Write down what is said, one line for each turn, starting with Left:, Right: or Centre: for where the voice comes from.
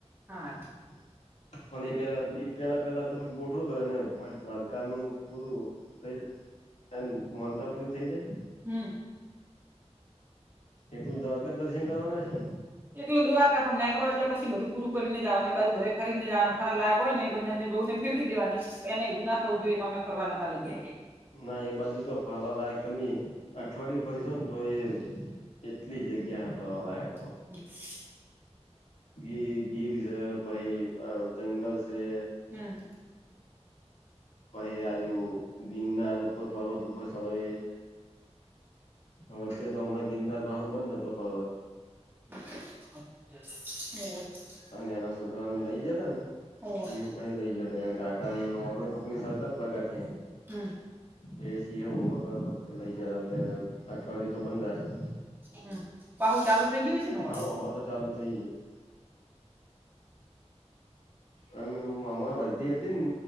Right: હા ઠીક..
Left: <unintelligible> અને એ પેલા બીજ પેલા પેલા તમે ગોઠો તો એને કો દ્વારકાનું પૂરું. ક એમ મોનતા પુરી થઇ જાય...
Right: હમ.
Left: એકલું દ્વારકા દર્શન કરવાના હશે ને...
Right: એકલું દ્વારકા પણ નેકરો એટલે પછી બધું પૂરું કરીને જ આવાનું એ બાજુ બધે ફરીને જ આવાનું ફરવા લાયક હોય ને <unintelligible> ફેરવી દેવાની એને એવું ના થવું જોઈએ કે અમને ફરવા નાતા લઈ જાય એ.
Left: ના એ બાજુ તો ફરવા લાયક તમે અઠવાડિયું ફરજો ને. તો એ એટલી જગ્યા ફરવાલાયક...
Right: <unintelligible>
Left: ઇ ગીધ છે પહીં જંગલ છે.
Right: હમ.
Left: પહિં અજુ ગિરનારું... ઉપર પર્વત ઉપર સદાયે... વચ્ચે તો હમણાં ગિરનાર પાહો બંધ હતો પર્વત
Right: <unintelligible>
Left: આ નાના છોકરાને લઈ જતા ને
Right: હોવે
Left: સિંહ ઉઠાઈને લઈ જતા.... <unintelligible>
Right: હમ
Left: એ સિંહએ હુમલો કર્યો તો લઇ જતા અઠવાડિયુ તો બંધ રાખેલું...
Right: હમ પાહુ ચાલુ થઈ ગયું હશે ને અવે....
Left: આવો હવે તો ચાલુ થઈ ગયું હમણાં વર્ધી હતી ને